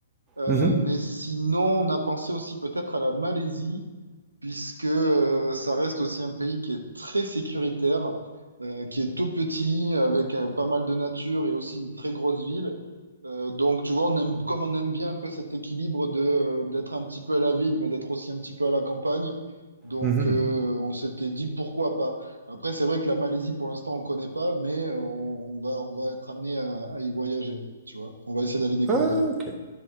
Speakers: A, on the right; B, on the right.
A: Euh,
B: Mhm,
A: mais sinon, on a pensé aussi peut-être à la Malaisie puisque euh, ça reste aussi un pays qui est très sécuritaire, euh, qui est tout petit, avec euh, pas mal de nature et aussi une très grosse ville. Euh, donc, tu vois, on aime, comme on aime bien un peu cet équilibre de, euh, d'être un petit peu à la ville, mais d'être aussi un petit peu à la campagne. Donc,
B: mhm.
A: euh, on s'était dit pourquoi pas. Après, c'est vrai que la Malaisie, pour l'instant, on ne connaît pas, mais euh, on, on va, on va être amené à, à y voyager, tu vois. On va essayer d'aller découvrir.
B: Ah, OK.